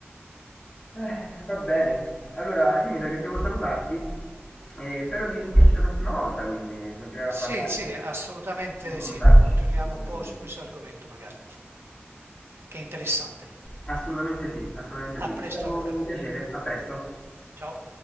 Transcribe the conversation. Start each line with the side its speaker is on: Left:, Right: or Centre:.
Left: Eh, va bene. Allora, io mi sa che devo salutarti e spero di sentirci la prossima volta, quindi continuare
Right: Sì,
Left: a parlare,
Right: sì, assolutamente
Left: confrontarci
Right: sì. Continuiamo
Left: su questo
Right: un
Left: argomento.
Right: po' su questo argomento magari, che è interessante.
Left: Assolutamente sì, assolutamente sì.
Right: A presto
Left: È stato
Right: allora.
Left: un piacere, a presto.
Right: Ciao.